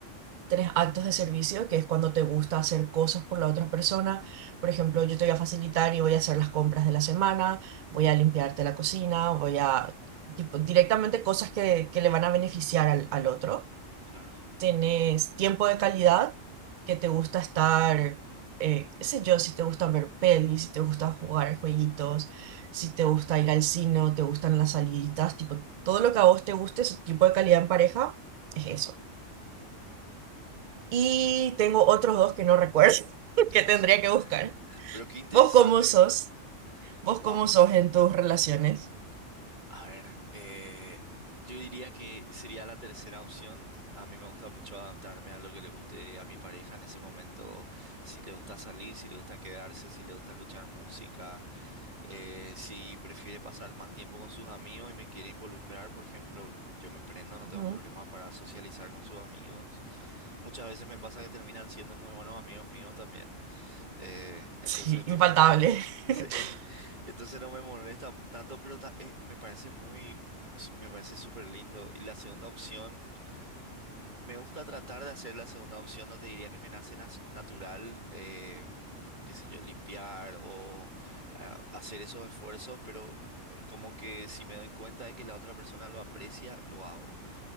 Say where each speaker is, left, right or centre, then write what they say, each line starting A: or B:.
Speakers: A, on the right; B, on the right.
A: Tenés actos de servicio, que es cuando te gusta hacer cosas por la otra persona. Por ejemplo, yo te voy a facilitar y voy a hacer las compras de la semana, voy a limpiarte la cocina, voy a, tipo, directamente cosas que, que le van a beneficiar al, al otro.
B: Claro.
A: Tenés tiempo de calidad, que te gusta estar, eh, qué sé yo, si te gusta ver pelis, si te gusta jugar jueguitos, si te gusta ir al cine, o te gustan las saliditas, tipo, todo lo que a vos te guste, ese tipo de calidad en pareja,
B: Ujú.
A: es eso. Y tengo otros dos que no recuerdo, <laughs>
B: <laughs>
A: que tendría que buscar.
B: Pero qué interesante
A: ¿Vos cómo sos?
B: que está.
A: ¿Vos
B: Wow.
A: cómo sos en tus relaciones?
B: A ver, eh, yo diría que sería la tercera opción. A mí me gusta mucho adaptarme a lo que le guste a mi pareja en ese momento. Si le gusta salir, si le gusta quedarse, si le gusta escuchar música, eh, si prefiere pasar más tiempo con sus amigos y me quiere involucrar, por ejemplo, yo me prendo, no tengo
A: Ujú.
B: problemas para socializar con sus amigos. Muchas veces me pasa que terminan siendo muy buenos amigos míos también. Eh, entonces,
A: Sí,
B: tipo,
A: infaltable.
B: no. <laughs>
A: <laughs>
B: Sí, entonces no me molesta tanto, pero ta- eh, me parece muy, s- me parece súper lindo. Y la segunda opción, me gusta tratar de hacer la segunda opción, no te diría que me nace nas- natural, eh, qué sé yo, limpiar o ah, hacer esos esfuerzos, pero eh, como que si me doy cuenta de que la otra persona lo aprecia, lo hago.